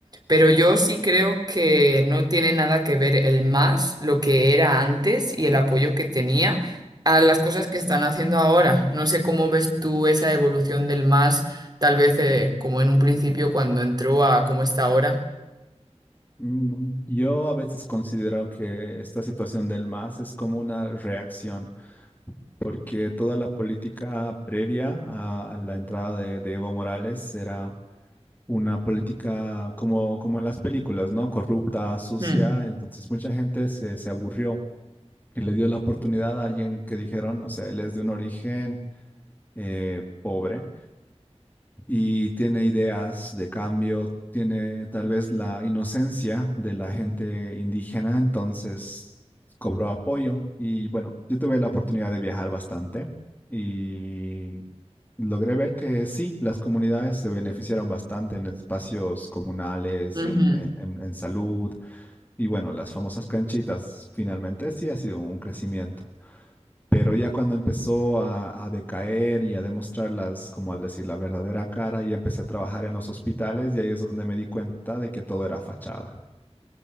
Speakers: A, on the right; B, on the left.
A: Pero yo sí creo que no tiene nada que ver el más, lo que era antes y el apoyo que tenía a las cosas que están haciendo ahora. No sé cómo ves tú esa evolución del más, tal vez eh, como en un principio cuando entró a cómo está ahora.
B: Mm, Yo a veces considero que esta situación del MAS es como una reacción, porque toda la política previa a, a la entrada de, de Evo Morales era una política como, como en las películas, ¿no? Corrupta, sucia,
A: Hmm,
B: entonces mucha gente se, se aburrió y le dio la oportunidad a alguien que dijeron, o sea, él es de un origen eh, pobre y tiene ideas de cambio, tiene tal vez la inocencia de la gente indígena, entonces cobró apoyo y bueno, yo tuve la oportunidad de viajar bastante y logré ver que sí, las comunidades se beneficiaron bastante en espacios comunales,
A: ujú.
B: en, en en- en salud y bueno, las famosas canchitas finalmente sí ha sido un crecimiento. Pero ya cuando empezó a, a decaer y a demostrarlas como al decir, la verdadera cara, ya empecé a trabajar en los hospitales y ahí es donde me di cuenta de que todo era fachada.